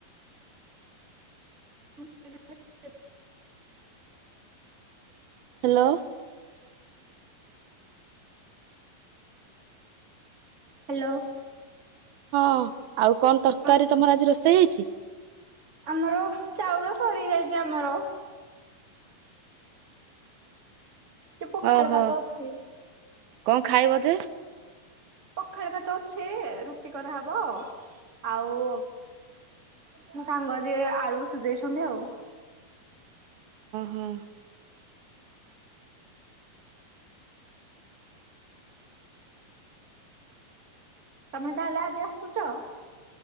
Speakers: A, on the right; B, on the right.
A: <unintelligible>
B: ହ୍ୟାଲୋ।
A: ହ୍ୟାଲୋ।
B: ହଁ ଆଉ କଣ ତରକାରୀ
A: ହଁ
B: ତମର ଆଜି ରୋଷେଇ ହେଇଛି।
A: ଆମର ଚାଉଳ ସରି ଯାଇଛି ଆମର। କି ପଖାଳ
B: ଓହୋ
A: ଭାତ ଅଛି।
B: କଣ ଖାଇବ ଯେ।
A: ପଖାଳ ଭାତ ଅଛେ ରୁଟି କରହବ ଆଉ ମୋ ସାଙ୍ଗ ଯି ଆଳୁ ସୁଝେଇଛନ୍ତି ଆଉ।
B: ହିଁ <inaudible>
A: ତମେ ତାହେଲେ ଆଜି ଆସୁଛ।